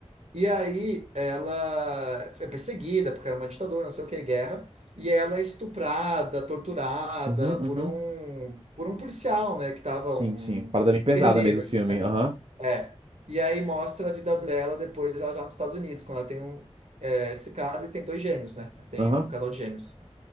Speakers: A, on the right; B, on the right.
A: E aí ela é perseguida, porque era uma ditadura, não sei o que, guerra, e ela é estuprada, torturada
B: Uhum,
A: por
B: uhum.
A: um, por um policial, né? Que estava
B: Sim,
A: um,
B: sim. Parada bem pesada
A: um guerrilheiro
B: mesmo o
A: ali.
B: filme.
A: né?
B: Aham,
A: É. E aí mostra a vida dela depois, ela já nos Estados Unidos, quando ela tem um, é, se casa e tem dois gêmeos, né? Tem
B: aham.
A: um casal de gêmeos.